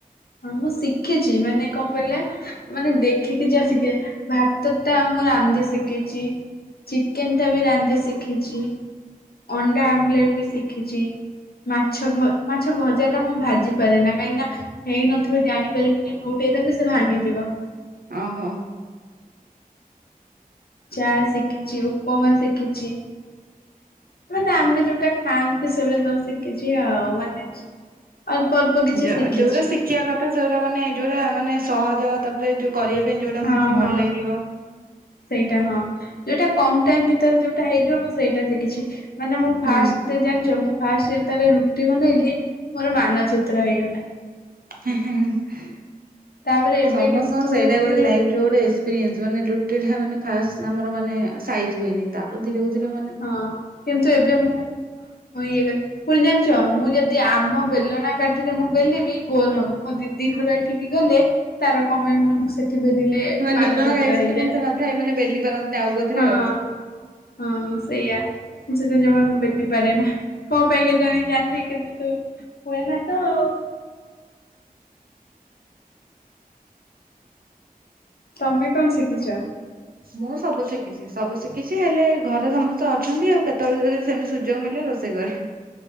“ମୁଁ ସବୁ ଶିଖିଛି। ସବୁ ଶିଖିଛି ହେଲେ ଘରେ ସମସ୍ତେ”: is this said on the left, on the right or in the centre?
Right